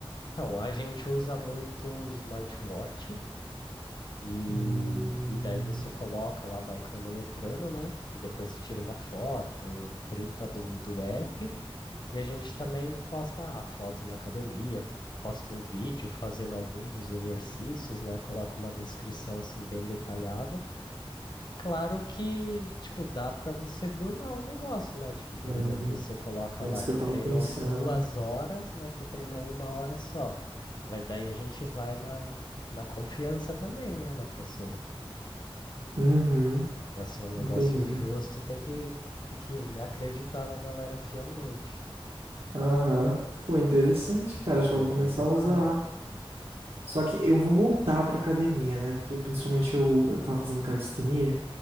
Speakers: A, on the left (about 50°); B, on the right (about 80°).
A: Então, a gente usa muito smartwatch E,
B: Hum,
A: e daí você coloca lá, vai cronometrando, né? E depois você tira uma foto, printa do, do app. E a gente também posta a foto na academia, posta um vídeo fazendo algum dos exercícios, né? Coloca uma descrição assim bem detalhada. Claro que, tipo, dá para você burlar o negócio, né? Tipo, por
B: hum,
A: exemplo, você coloca
B: é
A: lá
B: isso que
A: que
B: eu tava
A: treinou
B: pensando.
A: duas horas, mas você treinou uma hora só. Mas daí a gente vai na, na confiança também, né? Na pessoa.
B: Uhum,
A: Pra ser um negócio
B: entendi.
A: justo, tem que, que acreditar na galera fielmente.
B: Aham. Pô, interessante, cara.
A: Mas
B: Acho que eu
A: é
B: vou
A: bem
B: começar
A: da
B: a usar.
A: hora.
B: Só que eu vou voltar pra academia, né? Porque principalmente eu, eu tava fazendo calistenia.